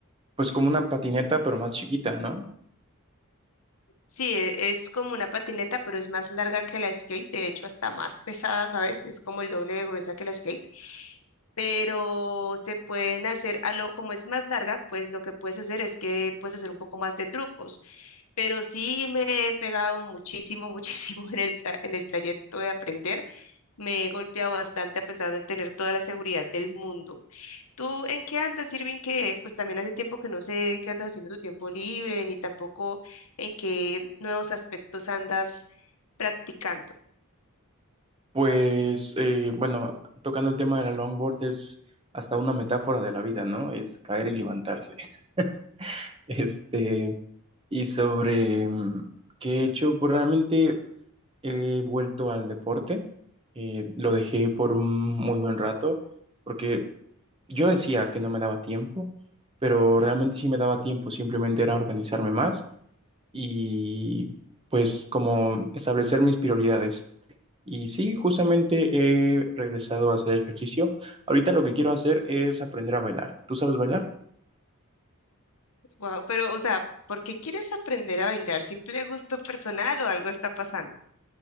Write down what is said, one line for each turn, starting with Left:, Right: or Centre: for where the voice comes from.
Right: pues como una patineta, pero más chiquita, ¿no?
Left: Sí, e- es como una patineta, pero es más larga que la skate, de hecho hasta más pesada, ¿sabes? Es como el doble de gruesa que la skate. Pero se pueden hacer, a lo, como es más larga, pues lo que puedes hacer es que puedes hacer un poco más de trucos. Pero sí me he pegado muchísimo, <laughs> muchísimo en el, tra- en el trayecto de aprender. Me he golpeado bastante a pesar de tener toda la seguridad del mundo. ¿Tú en qué andas, Irving? Que pues también hace tiempo que no sé qué andas haciendo en tu tiempo libre, ni tampoco en qué nuevos aspectos andas practicando.
Right: Pues, eh, bueno, tocando el tema de la longboard es hasta una metáfora de la vida, ¿no? Es caer y levantarse. <laughs> Este, y sobre mm, qué he hecho, pues realmente he vuelto al deporte. Eh, lo dejé por un muy buen rato, porque yo decía que no me daba tiempo, pero realmente sí me daba tiempo, simplemente era organizarme más y pues como establecer mis prioridades. Y sí, justamente he regresado a hacer ejercicio. Ahorita lo que quiero hacer es aprender a bailar. ¿Tú sabes bailar?
Left: Wow, pero, o sea, ¿por qué quieres aprender a bailar? ¿Simple gusto personal o algo está pasando?